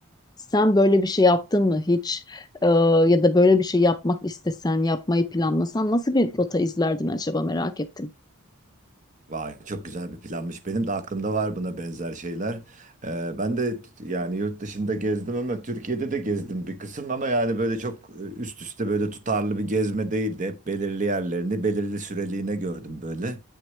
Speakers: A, on the left; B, on the right.
A: Sen böyle bir şey yaptın mı hiç? E, ya da böyle bir şey yapmak istesen, yapmayı planlasan nasıl bir rota izlerdin acaba merak ettim.
B: Vay çok güzel bir planmış. Benim de aklımda var buna benzer şeyler. Ee, ben de yani yurt dışında gezdim ama Türkiye'de de gezdim bir kısım ama yani böyle çok e, üst üste böyle tutarlı bir gezme değildi. Hep belirli yerlerini belirli süreliğine gördüm böyle.